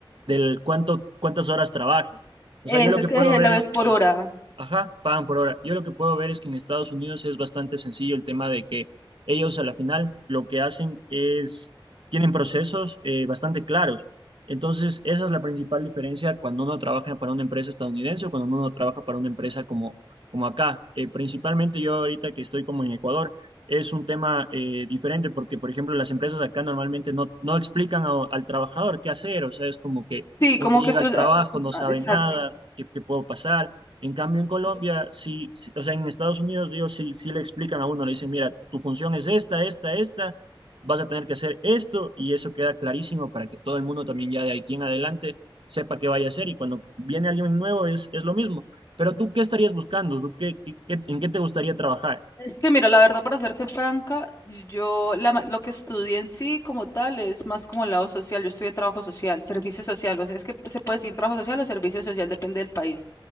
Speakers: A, on the right (about 70°); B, on the left (about 35°).
A: del cuánto, cuántas horas trabajes. O
B: Eso
A: sea, yo lo que
B: es que
A: puedo ver
B: la ves
A: es que
B: por hora.
A: Ajá, pagan por hora. Yo lo que puedo ver es que en Estados Unidos es bastante sencillo el tema de que ellos a la final lo que hacen es, tienen procesos eh, bastante claros. Entonces, esa es la principal diferencia cuando uno trabaja para una empresa estadounidense o cuando uno trabaja para una empresa como, como acá. Eh, principalmente yo ahorita que estoy como en Ecuador, es un tema eh, diferente porque, por ejemplo, las empresas acá normalmente no, no explican a- al trabajador qué hacer. O sea, es como que
B: Sí,
A: uno
B: como
A: llega
B: que tú...
A: al trabajo,
B: ah,
A: no sabe
B: ah, Exacto.
A: nada, qué qué puedo pasar en cambio, en Colombia, sí, sí- o sea, en Estados Unidos, digo, sí, sí le explican a uno, le dicen, mira, tu función es esta, esta, esta, vas a tener que hacer esto, y eso queda clarísimo para que todo el mundo también ya de aquí en adelante sepa qué vaya a hacer, y cuando viene alguien nuevo es, es lo mismo. Pero tú, ¿qué estarías buscando? ¿Tú qué, qué- qué- en qué te gustaría trabajar?
B: Es que mira, la verdad, para serte franca, yo la ma- lo que estudié en sí como tal es más como el lado social. Yo estudié trabajo social, servicio social. O sea, es que se puede decir trabajo social o servicio social, depende del país